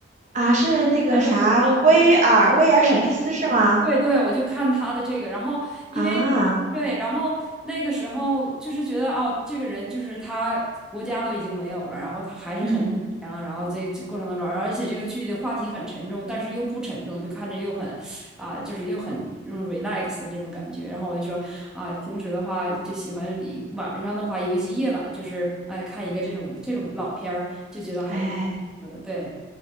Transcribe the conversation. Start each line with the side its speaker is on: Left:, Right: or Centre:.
Right: 啊，是那个啥，
Centre: 啊，就很老的这个。
Right: 威尔威尔史密斯是吗？
Centre: 对，对对，我就看他的这个，然后因为
Right: 啊，
Centre: 对，然后那个时候就是觉得哦，这个人就是他国家都已经没有了，然后他还是很坚强，
Right: 嗯，
Centre: 然后这这过程当中，而且这个剧的话题很沉重，但是又不沉重，就看着又很啊、就是又很这种 relax 这种感觉。然后我就说啊，平时的话就喜欢一晚上的话，尤其夜晚，就是哎看一个这种这种老片儿，就觉得还是不错的，
Right: 哎，
Centre: 对，